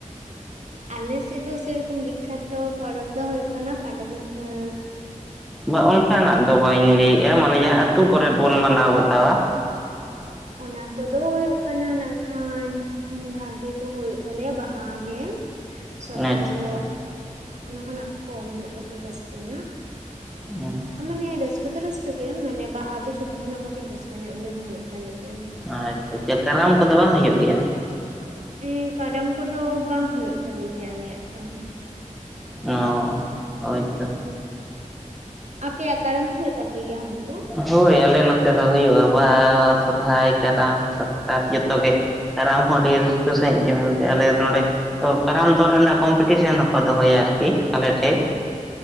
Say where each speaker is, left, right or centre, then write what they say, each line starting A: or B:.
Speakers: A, on the right; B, in the centre.
A: ᱟᱞᱮ ᱥᱮᱫ ᱫᱚ ᱥᱮᱨᱚᱠᱚᱢ ᱵᱤᱠᱷᱟᱛᱚ ᱯᱚᱨᱚᱵᱽ ᱫᱚ ᱦᱩᱭᱩᱜ ᱠᱟᱱᱟ ᱯᱟᱴᱟ ᱵᱤᱸᱫᱷᱟᱹᱼᱼ
B: ᱵᱟ ᱚᱱᱠᱟᱱᱟᱜ ᱫᱚ ᱵᱟᱹᱧ ᱞᱟᱹᱭᱮᱜᱼᱟ ᱢᱟᱱᱮ ᱡᱟᱦᱟᱸ ᱟᱹᱛᱩ ᱠᱚᱨᱮᱫ ᱵᱚᱱ ᱢᱟᱱᱟᱣ ᱵᱟᱛᱟᱣᱟ
A: ᱚᱱᱟ ᱠᱚᱫᱚ ᱦᱩᱭᱩᱜ ᱠᱟᱱᱟ ᱱᱟᱜ ᱠᱷᱟᱱ ᱵᱷᱟᱹᱜᱤ ᱫᱚ ᱦᱩᱭᱩᱜ ᱛᱟᱞᱮᱭᱟ ᱵᱟᱦᱟ ᱜᱮ ᱥᱚᱨᱦᱟᱭ
B: ᱟᱪᱪᱷᱟ
A: ᱫᱚ
B: ᱟᱪᱪᱷᱟ
A: ᱚᱱᱟ ᱠᱷᱚᱱᱟᱜ ᱠᱚᱢ ᱧᱚᱜ ᱠᱟᱹᱴᱤᱡ ᱨᱟᱹᱥᱠᱟᱹ ᱧᱚᱜ
B: ᱦᱩᱸ
A: ᱢᱟᱱᱮ ᱨᱟᱹᱥᱠᱟᱹ ᱫᱚ ᱨᱟᱹᱥᱠᱟᱹ ᱜᱮ ᱢᱟᱱᱮ ᱵᱟᱦᱟ ᱫᱚ ᱡᱷᱚᱛᱚ ᱠᱷᱚᱱᱟᱜ ᱠᱟᱹᱴᱤᱡ ᱨᱟᱹᱥᱠᱟᱹ ᱧᱚᱜ ᱜᱮ ᱦᱩᱭᱩᱜ ᱛᱟᱞᱮ ᱜᱮᱭᱟ
B: ᱟᱪᱪᱷᱟ ᱪᱷᱟ ᱠᱟᱨᱟᱢ ᱠᱚᱫᱚ ᱵᱟᱝ ᱦᱩᱭᱩᱜ ᱜᱮᱭᱟ?
A: ᱩᱸ ᱠᱟᱨᱟᱢ ᱠᱚᱫᱚ ᱵᱟᱝ ᱦᱩᱭᱩᱜ ᱛᱟᱞᱮ ᱜᱮᱭᱟ ᱟᱞᱮᱭᱟᱜ ᱫᱚ
B: ᱚ ᱦᱳᱭᱼᱼ
A: <unintelligible> ᱟᱯᱮᱭᱟᱜ ᱠᱟᱨᱟᱢ ᱦᱩᱭᱩᱜ ᱛᱟᱯᱮ ᱜᱮᱭᱟ ᱦᱳᱭᱛᱚ?
B: ᱦᱳᱭ ᱟᱞᱮ ᱱᱚᱛᱮ ᱫᱚ ᱦᱩᱭᱩᱜᱼᱟ ᱵᱟᱦᱟ, ᱥᱚᱨᱦᱟᱭ, ᱠᱟᱨᱟᱢ, ᱥᱟᱠᱨᱟᱛ ᱡᱚᱛᱚ ᱜᱮ ᱠᱟᱨᱟᱢ ᱦᱚᱸ ᱟᱹᱰᱤ ᱨᱟᱹᱥᱠᱟᱹ ᱥᱟᱺᱦᱤᱡ ᱜᱮ ᱱᱚᱸᱰᱮ ᱟᱞᱮ ᱱᱚᱸᱰᱮ ᱛᱚ ᱠᱟᱨᱟᱢ ᱫᱚᱱ ᱨᱮᱱᱟᱜ ᱠᱚᱢᱯᱤᱴᱤᱥᱚᱱ ᱦᱚᱸᱠᱚ ᱫᱚᱦᱚᱭᱟ ᱟᱨᱠᱤ ᱟᱞᱮ ᱴᱷᱮᱡ